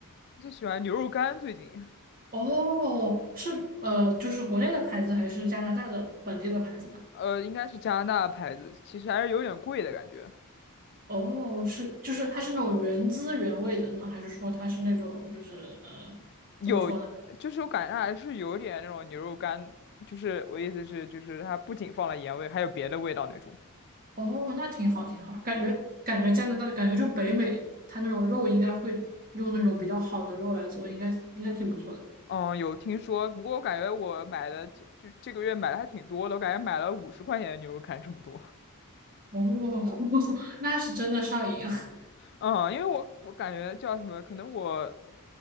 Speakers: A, on the left; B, on the right.
A: 我最喜欢牛肉干，最近
B: 哦，是呃，就是国内的牌子还是加拿大的本地的牌子呢？
A: 呃应该是加拿大牌子，其实还是有点贵的感觉。
B: 哦，是，就是它是那种原汁原味的呢，还是说它是那种就是呃，
A: 有，
B: 怎么说呢？
A: 就是我感觉它还是有点那种牛肉干，就是我意思是，就是它不仅放了盐味，还有别的味道那种。
B: 哦，那挺好，挺好。感觉感觉加拿大，感觉就北美，它那种肉应该会用那种比较好的肉来做，应该应该挺不错的。
A: 嗯，有听说，不过我感觉我买的这就这个月买的还挺多的，我感觉买了五十块钱的牛肉干这么多。
B: 哦，<laughs> 那是真的上瘾。<laughs> 啊！
A: 嗯，因为我我感觉叫什么，可能我